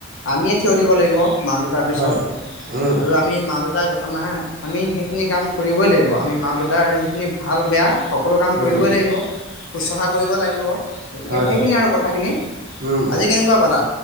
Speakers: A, on the left; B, on the right.
A: আমিয়ে থিয় দিব লাগিব মাহ দুটাৰ পিছত
B: হয় উম
A: আৰু আমি ম মা দেউতাক আমাৰ আমি সেইখিনি কাম কৰিবই লাগিব আমি মা দেউতাৰ যিখিনি ভাল বেয়া সকলো কাম
B: উম
A: কৰিবই লাগিব শুশ্ৰূষা কৰিব লাগিব গতিকে
B: হয়
A: সেইখিনি
B: হয়
A: আৰু কথাখিনি
B: উম
A: আজি কেনেকুৱা পালা